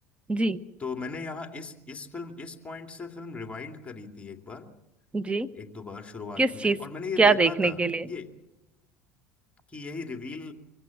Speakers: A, on the right; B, on the left.
A: जी
B: तो मैंने यहाँ इस इस फिल्म इस पॉइंट से फिल्म रिवाइंड करी थी एक बार
A: जी
B: एक दो बार शुरुआत
A: किस
B: में
A: चीज
B: और मैंने ये
A: क्या
B: देखा
A: देखने
B: था
A: के लिए
B: ये कि यही रिवील